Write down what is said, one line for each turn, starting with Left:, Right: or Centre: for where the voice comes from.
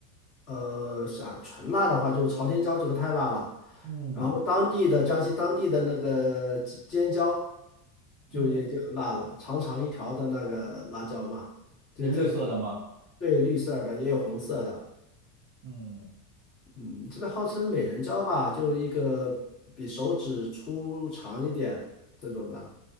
Left: 呃，想纯辣的话，就朝天椒这个太辣了，
Right: 嗯
Left: 然后当地的江西当地的那个尖尖椒就已经很辣了，
Right: 嗯
Left: 长长一条的那个辣椒嘛，就在
Right: 那绿色的吗？
Left: 对绿色儿的也有红色的。
Right: 嗯，
Left: 嗯，这边号称美人蕉吧，就是一个比手指粗长一点这种的。